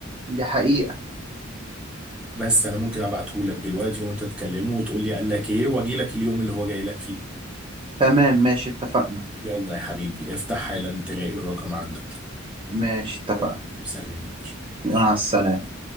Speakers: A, on the right; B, in the centre.
A: دي حقيقه
B: بس انا ممكن ابعته لك دلوقتي وانت تكلمه وتقول لي قال لك ايه واجي لك اليوم اللي هو جاي لك فيه
A: تمام ماشي اتفقنا
B: يلا يا حبيبي افتح حالا تلاقي الرقم عندك
A: ماشي اتفقنا
B: يلا سلام
A: مع السلامه